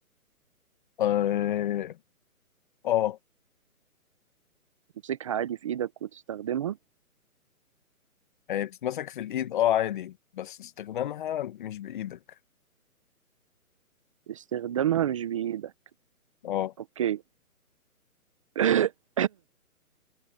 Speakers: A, on the left; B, on the right.
A: اه آه،
B: تمسكها عادي في ايدك وتستخدمها
A: هي بتتمسك في الايد اه عادي بس استخدامها مش بايدك
B: استخدامها مش بايدك
A: اه
B: اوكي <coughs>